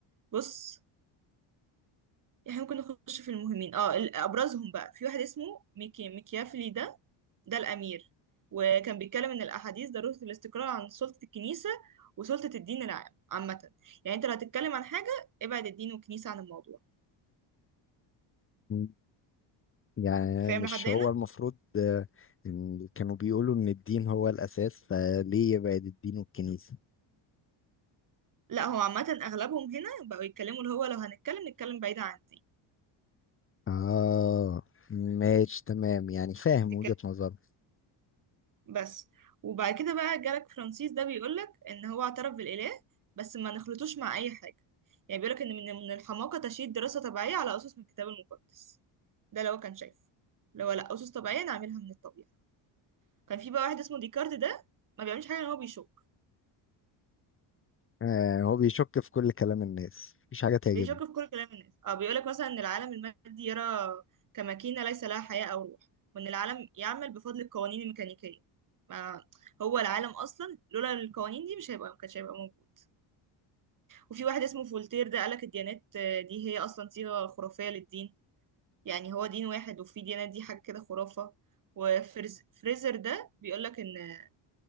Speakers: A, on the right; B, on the left.
A: بص احنا ممكن نخش في المهمين اه ال- ابرزهم بقى في واحد اسمه ميكي ميكيافيلي ده ده الامير وكان بيتكلم ان الاحاديث ضروره الاستقراء عن سلطه الكنيسه وسلطه الدين العام عامه يعني انت لو هتتكلم عن حاجه ابعد الدين والكنيسه عن الموضوع
B: م- يعني
A: فاهم
B: مش
A: لحد هنا
B: هو المفروض آه، إن كانوا بيقولوا إن الدين هو الأساس فليه يبعد الدين والكنيسة
A: لا هو عامه اغلبهم هنا بقوا يتكلموا اللي هو لو هنتكلم نتكلم بعيد عن
B: آه ماشي تمام يعني فاهم
A: الدين
B: وجهة نظره
A: بس وبعد كده بقى جالك فرانسيس ده بيقولك ان هو اعترف بالاله بس ما نخلطوش مع اي حاجه يعني بيقولك ان من من الحماقه تشييد دراسه طبيعيه على اسس من الكتاب المقدس ده لو كان شايف لو لا اسس طبيعيه نعملها من الطبيعه كان في بقى واحد اسمه ديكارت ده ما بيعملش حاجه ان هو بيشك
B: آه هو بيشك في كل كلام الناس مفيش حاجة تعجبني
A: بيشك في كل كلام الناس اه بيقولك مثلا ان العالم المادي يرى كماكينه ليس لها حياه او روح وان العالم يعمل بفضل القوانين الميكانيكيه ما هو العالم اصلا لولا القوانين دي مش هيبقى ما كانش هيبقى موجود وفي واحد اسمه فولتير ده قالك الديانات آه، دي هي أصلا صيغة خرافية للدين يعني هو دين واحد وفي ديانات دي حاجة كده خرافة وفريزر ده بيقولك إن آه،